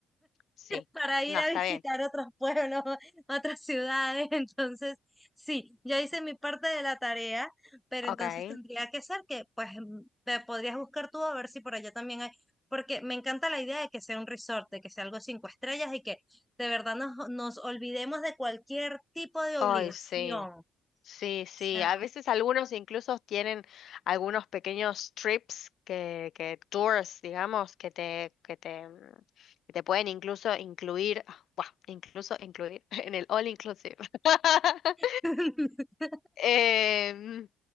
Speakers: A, on the left; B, in the centre.
A: Sí.
B: para ir
A: No,
B: a
A: está
B: visitar
A: bien.
B: otros pueblos, <laughs> otras ciudades. Entonces, sí, yo hice mi parte de la tarea, pero
A: Ok.
B: entonces tendría que ser que, pues, mm, te podrías buscar tú a ver si por allá también hay, porque me encanta la idea de que sea un resort, de que sea algo cinco estrellas y que de verdad nos, nos olvidemos de cualquier tipo de obligación.
A: Ay, sí.
B: O
A: Sí, sí.
B: sea,
A: A veces algunos incluso tienen algunos pequeños trips que, que tours, digamos, que te, que te, mm, que te pueden incluso incluir, ah, buah, incluso incluir <laughs> en el all inclusive. <laughs>
B: <laughs>
A: Em,